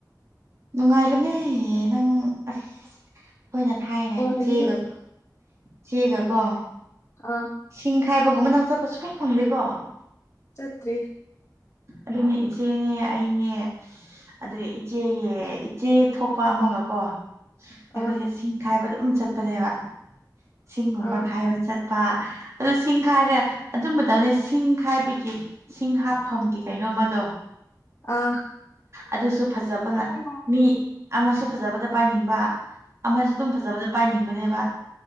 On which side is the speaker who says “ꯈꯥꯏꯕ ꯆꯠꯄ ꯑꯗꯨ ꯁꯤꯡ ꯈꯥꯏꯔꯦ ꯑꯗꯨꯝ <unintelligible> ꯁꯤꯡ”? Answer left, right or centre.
Right